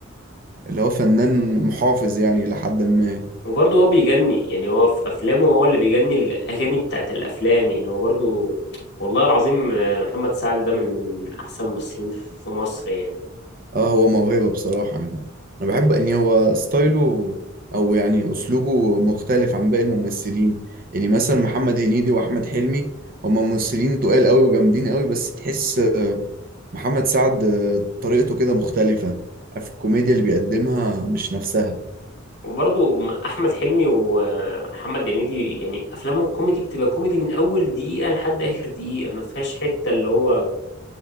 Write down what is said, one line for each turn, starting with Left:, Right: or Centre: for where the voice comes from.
Right: اللي هو فنان محافظ يعني لحد ما
Left: وبرضه هو بيجني يعني هو في افلامه هو اللي بيجني الاغاني بتاعت الافلام يعني هو برضه والله العظيم آه، محمد سعد ده من من احسن الممثلين في مصر يعني
Right: اه هو موهبة بصراحة يعني انا بحب ان هو ستايله او يعني اسلوبه مختلف عن باقي الممثلين يعني مثلا محمد هنيدي واحمد حلمي هما ممثلين تقال قوي وجامدين قوي بس تحس آه، محمد سعد آه، طريقته كده مختلفة في الكوميديا اللي بيقدمها مش نفسها
Left: وبرضه احمد حلمي ومحمد هنيدي يعني افلامه الكوميدي بتبقى كوميدي من اول دقيقه لحد اخر دقيقه ما فيهاش حته اللي هو